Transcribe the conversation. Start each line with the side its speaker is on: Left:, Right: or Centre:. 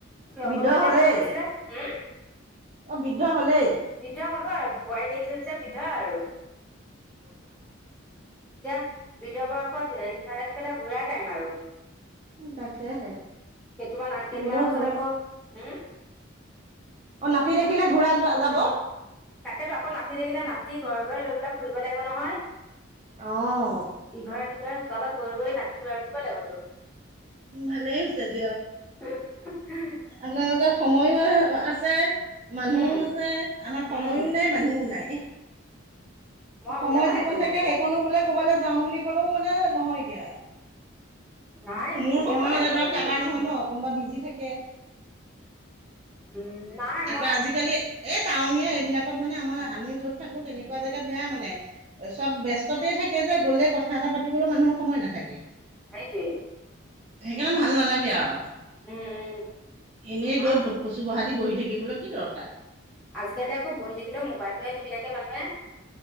Centre: লগৰজনীয়ে
Right: বৃদ্ধ হলেই
Centre: মাতি আছিলে। হ',
Right: অ', বৃদ্ধ হলেই।
Centre: বৃদ্ধ হ'লো আৰু বোৱাৰী দেখিলো যে যে বৃধ আৰু এতিয়া, বিিত বয়সত ইফালে পেলাই ঘূৰাাৰ টাইম আৰু।
Right: তাকেহে।
Centre: কেইটান কেইদিনমানৰ
Right: ঘূৰক
Centre: পাছত
Right: ঘূৰক
Centre: আকৌ উম,
Right: অ', নাাটতি দেখিলে ঘূৰা যোৱা যাব।
Centre: তাকেতো আকৌ নাতি থাকিলা নাতি ঘৰে-ঘৰে লৈ পেলাই ফুৰিব লাগিব নহয়।
Right: অ',
Centre: ইঘৰে-সিঘৰে সোতালত গৈ-গৈ নাতি গই কৰিব লাগিবত
Right: উ', মালে এনছ দ,
Centre: অ',
Right: আপোনালোকৰ সময়ো আছে। মানুহো
Centre: উম
Right: আছে আমাৰ সময়ো
Centre: উম
Right: নাই মানুহও নাই। সময়
Centre: উলিয়াব
Right: যিকন
Centre: লাগিব তেনেকে
Right: থাকে সেইকণো বোলে ক'বালৈ যাম বুলি ক'লেও মানে নহয়গে।
Centre: নাই
Right: মোৰ
Centre: উলিয়াব
Right: সময়
Centre: লাগিব
Right: হলে ধৰক
Centre: তেনেকে
Right: কাৰোবাৰ নহয় ন, কোনোবা বিজি থাকে।
Centre: উম, নাই
Right: আকৌ
Centre: মই
Right: আজিকালি এই টাউনীয়া এইবিলাকত মানে আমাৰ আমি য'ত থাকো তেনেকুৱা জেগাত বেয়া মানে চব ব্যস্ততে থাকে যে গ'লে কথা কথা এটা পাতিবলৈ মানুহৰ সময় নাথাকে।
Centre: সেইটোৱে
Right: সেইকাৰণে ভাল নালাগে আৰু
Centre: উম উম
Right: এনে
Centre: আমাৰ
Right: গৈ ভূতকচি বহা বহি থাকিবলৈ কি দৰকাৰ।
Centre: আজিকালি আকৌ বহি থাকিলে‌ মুবাইলটোহে টিপি থাকে মানুহে।